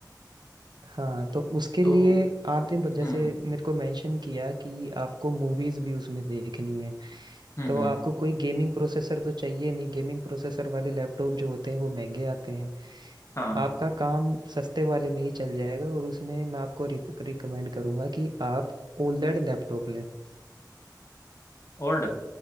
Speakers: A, on the right; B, on the left.
A: हाँ तो उसके
B: तो
A: लिए आपने ब- जैसे
B: हम्म
A: मेरे को मेंशन किया कि आपको मूवीज भी उसमें देखनी है
B: हम्म
A: तो
B: हम्म
A: आपको कोई गेमिंग प्रोसेसर तो चाहिए नहीं गेमिंग प्रोसेसर वाले लैपटॉप जो होते हैं वो महंगे आते हैं
B: हाँ
A: आपका काम सस्ते वाले में ही चल जाएगा और उसमें मैं आपको रिकमेंड करूंगा कि आप ओलेड लैपटॉप लें
B: ओल्ड